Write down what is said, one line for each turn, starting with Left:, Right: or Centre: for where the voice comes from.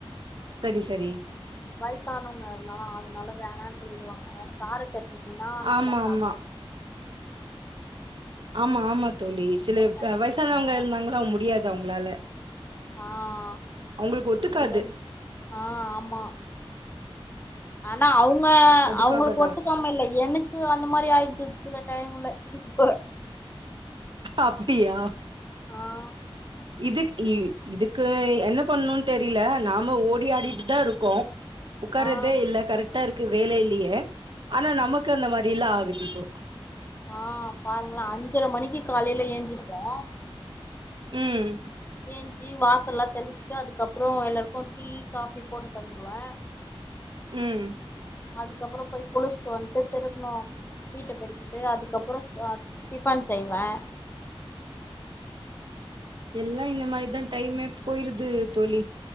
Right: சரி சரி
Left: வயசானவங்க எல்லா அதனால வேணான் சொல்லிடுவாங்க கார சட் னினா நல்லா
Right: ஆமா
Left: சாப்பு
Right: ஆமா ஆமா ஆமா தோழி சில
Left: வேணா
Right: அ வயசானவங்க
Left: சொல்லுங்க
Right: இருந்தாங்களா முடியாது அவங்களால
Left: ஆஹ்
Right: அவங்களுக்கு ஒத்துக்காது
Left: இந்த ஆஹ் ஆமா ஆனா அவங்க அவங்க
Right: அதுக்காக
Left: அவங்களுக்கு
Right: தா
Left: ஒத்துக்காம இல்ல எனக்கு அந்த மாதிரி ஆயிடுது சில டைம்ல இப்ப
Right: அப்டிபியா
Left: ஆஹ்
Right: இதுக்கு இதுக்கு என்ன பண்ணணும்னு தெரியல நாம ஓடி ஆடிட்டு தான் இருக்கோ ஒட்கறதே
Left: ஆ
Right: இல்ல கரெக்டா இருக்கு வேலை இல்லையே ஆனா நமக்கு அந்த மாதிரில்லா ஆகுது <unintelligible>
Left: ஆஹ் பாருங்களாம் அஞ்சரை மணிக்கு காலையில ஏஞ்சிப்போம்
Right: உம்
Left: ஏஞ்சி வாசல்லாம் தெளிச்சுட்டு அதுக்கப்புறம் எல்லாருக்கு டீ காபி போட்டு தந்துடுவேன்
Right: உம்
Left: அதுக்கப்புற போய் குளிச்சுட்டு வந்துட்டு திரும்பவு வீட்டை பெருக்கிட்டு அதுக்கப்புற டிஃபன் செய்வேன்
Right: எல்லா இந்த மாதிரிதான் டைமே போயிருது இது தோழி